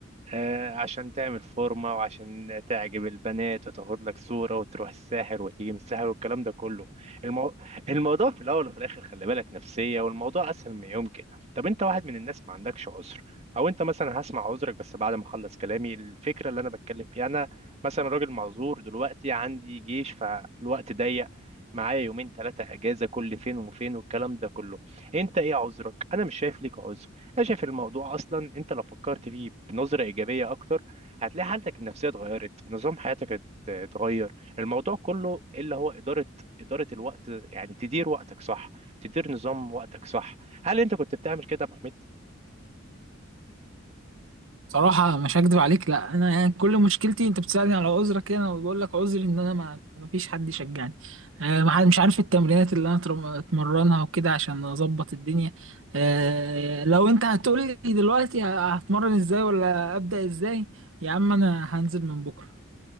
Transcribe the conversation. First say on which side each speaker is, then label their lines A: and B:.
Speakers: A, on the right; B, on the right.
A: آه، عشان تعمل فورمة وعشان تعجب البنات وتاخد لك صورة وتروح الساحر وتيجي من الساحر والكلام ده كله المو... الموضوع في الأول وفي الآخر خلي بالك نفسية والموضوع أسهل ما يمكن طب أنت واحد من الناس ما عندكش عذر أو أنت مثلا هسمع عذرك بس بعد ما أخلص كلامي الفكرة اللي أنا بتكلم فيها أنا مثلا راجل معذور دلوقتي عندي جيش فالوقت ضيق معايا يومين ثلاثة أجازة كل فين وفين والكلام ده كله أنت إيه عذرك؟ أنا مش شايف ليك عذر انا شايف الموضوع اصلا انت لو فكرت فيه بنظره ايجابيه اكتر هتلاقي حالتك النفسيه اتغيرت نظام حياتك ات- اتغير الموضوع كله اللي هو اداره اداره الوقت يعني تدير وقتك صح تدير نظام وقتك صح هل انت كنت بتعمل كده يا ابو حميد
B: صراحة مش هكدب عليك لا أنا يعني كل مشكلتي أنت بتسألني على عذرك أنا وبقول لك عذري إن أنا ما ما فيش حد يشجعني آه، ما حد- مش عارف التمرينات اللي أنا أترم- أتمرنها وكده عشان أظبط الدنيا آه، لو أنت هتقول لي دلوقتي ه- هتمرن إزاي ولا أبدأ إزاي يا عم أنا هنزل من بكرة